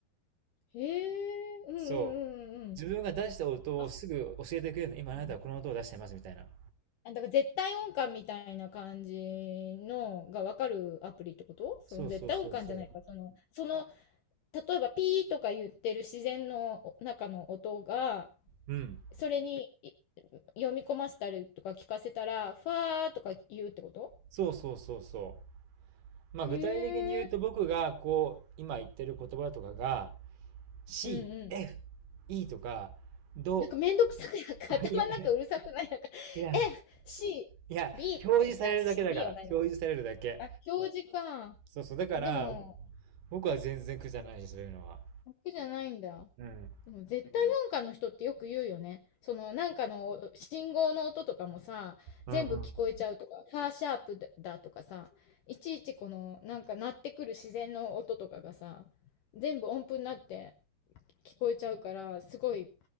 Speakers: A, on the left; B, on the right.
A: へえ、うんうんうんうんうん。
B: そう。自分が出した音をすぐ教えてくれるの。
A: あ、
B: 今あなたはこの音を出してます、
A: うん
B: みたいな。
A: あだから絶対音感みたいな感じのがわかるアプリってことその絶対音感じゃないか。
B: そうそうそうそ
A: その、その、例えばピーとか言ってる自然の中の音が、
B: う。うん。
A: それにい読み込ませたりとか聞かせたら、ファーとか言うってこと
B: そうそうそうそう。まあ具体的に言うと僕がこう、
A: へえ。
B: 今言ってる言葉とかが、C、
A: うんうん。
B: F、E とか、ど、
A: なんかめんどくさくなんか
B: <laughs>
A: <laughs> 頭の中うるさくないなんか
B: いや、いや、
A: F、C、
B: いや、
A: B、
B: 表示されるだけだから。
A: ねあ、C、B はないのか。
B: 表示されるだけ。
A: あ、表示か。
B: そうそう。だから、
A: でも、
B: 僕は全然苦じゃないし、そういうのは。
A: 楽じゃないんだ。
B: うん。
A: うん絶対音感の人ってよく言うよね。そのなんかの信号の音とかもさ、
B: うんうん。
A: 全部聞こえちゃうとか、ファーシャープだだとかさ、いちいちこのなんか鳴ってくる自然の音とかがさ、全部音符になって聞こえちゃうから、すごい